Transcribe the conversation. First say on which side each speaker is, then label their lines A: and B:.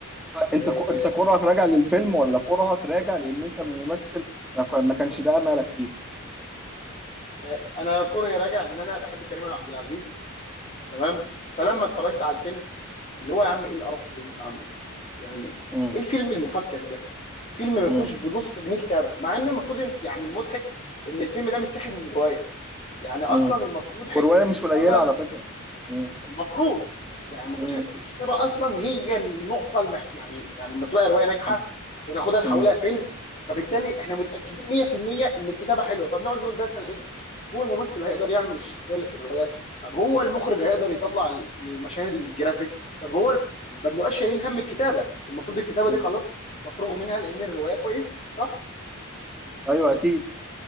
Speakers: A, in the centre; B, on the left (about 30°).
A: فانت
B: آه
A: ك... انت كرهك راجع للفيلم ولا كرهك راجع لان انت الممثل ما, ك... ما كانش ده املك فيه
B: آه، انا كره راجع ان انا بحب كريم عبد العزيز تمام فلما اتفرجت على الفيلم اللي هو يا عم ايه القرف اللي انت عامله يعني
A: مم.
B: ايه الفيلم المفكك ده فيلم ما
A: مم.
B: فيهوش بنص جنيه كتابه مع ان المفروض إن- يعني المضحك ان الفيلم ده متاخد من روايه يعني اصلا
A: مم.
B: المفروض
A: ورواية
B: حته
A: مش
B: الكتابه
A: قليلة على فكرة مم.
B: المفروض يعني المفروض
A: مم.
B: حته الكتابه اصلا هي النقطه المح... يعني يعني لما تبقى روايه ناجحه
A: مم.
B: وناخدها نحولها
A: مم.
B: فيلم فبالتالي احنا متاكدين 100% ان الكتابه حلوه فبنقعد نقول بس هو الممثل هيقدر يعمل الشخصيه اللي في الروايه طب هو المخرج هيقدر يطلع ال- المشاهد الجرافيك طب هو ال-
A: مم.
B: ما بنبقاش شايلين هم الكتابه المفروض الكتابه
A: مم.
B: دي خلاص مفروغ منها لان الروايه كويسه صح
A: أيوة أكيد